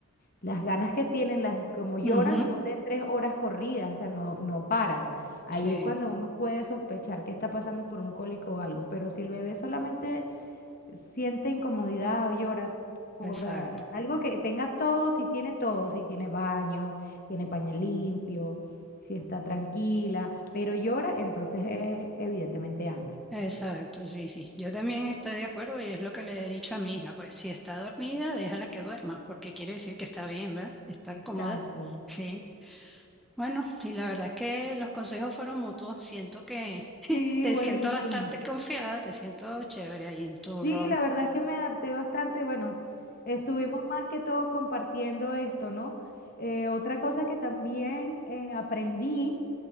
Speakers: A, on the left; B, in the centre.
A: las ganas que tienen, las, como lloran,
B: Ujú,
A: son de tres horas corridas, o sea, no, no paran. Ahí
B: Sí,
A: es cuando uno puede sospechar que está pasando por un cólico o algo, pero si el bebé solamente siente incomodidad o llora por
B: exacto,
A: ah, algo que tenga todo, si tiene todo, si tiene baño, tiene pañal limpio, si está tranquila, pero llora, entonces es evidentemente hambre.
B: exacto, sí, sí. Yo también estoy de acuerdo y es lo que le he dicho a mi hija. Pues si está dormida, déjala que duerma, porque quiere decir que está bien, ¿verdad? Está
A: Exacto.
B: cómoda. Sí. Bueno, y la verdad es que los consejos fueron mutuos. Siento que <laughs>
A: Sí,
B: te
A: buenísimo.
B: siento bastante confiada, te siento chévere ahí en tu
A: Sí,
B: rol.
A: la verdad es que me adapté bastante. Bueno, estuvimos más que todo compartiendo esto, ¿no? Eh, otra cosa que también eh, aprendí